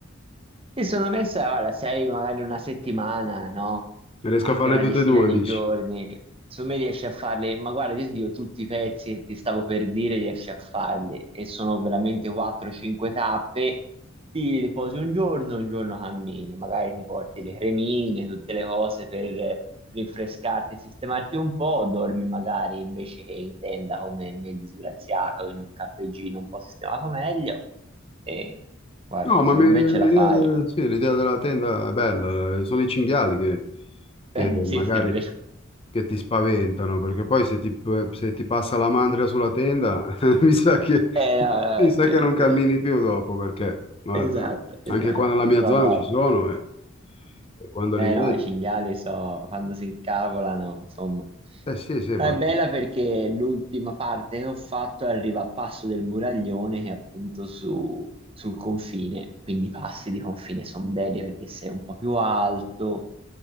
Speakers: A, on the right; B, on the left.
A: Mi sono messa, guarda, sei magari una settimana, no?
B: riesco
A: Anche
B: a farle
A: una
B: tutte
A: decina
B: e due,
A: di
B: dici?
A: giorni. Su me riesci a farli, ma guarda, io ti dico tutti i pezzi che ti stavo per dire, riesci a farli. E sono veramente 4-5 tappe. Ti riposi un giorno, un giorno cammini. Magari ti porti le cremine, tutte le cose per rinfrescarti e sistemarti un po'. Dormi magari invece che in tenda come me disgraziato in un campeggino un po' sistemato meglio. E guarda,
B: No, ma
A: secondo
B: mi-
A: me ce
B: l'idea
A: la fai.
B: de- sì, l'idea della tenda è bella, eh, sono i cinghiali che, che
A: Eh,
B: magari
A: sì, sì, è vero.
B: che ti spaventano, perché poi se ti, se ti passa la mandria sulla tenda, <laughs> mi sa che,
A: Eh, no, no,
B: mi
A: è
B: sa
A: vero,
B: che non
A: è vero.
B: cammini più dopo, perché guarda,
A: Esatto, esatto.
B: anche qua nella mia
A: Però
B: zona
A: dai,
B: ci sono e, e quando
A: eh,
B: li vedi,
A: no, i cinghiali so, quando si incavolano, insomma.
B: eh sì, sì,
A: No,
B: guarda.
A: è bella perché l'ultima parte che ho fatto arriva a Passo del Muraglione, che è appunto su, sul confine. Quindi i passi di confine sono belli perché sei un po' più alto